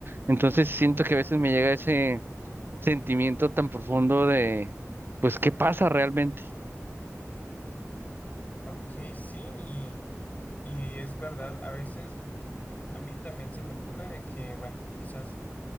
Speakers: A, on the right; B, on the left.
A: Entonces siento que a veces me llega ese sentimiento tan profundo de, pues, ¿qué pasa realmente?
B: Ok, sí, Y es verdad, a veces a mí también se me ocurre de que, bueno, quizás,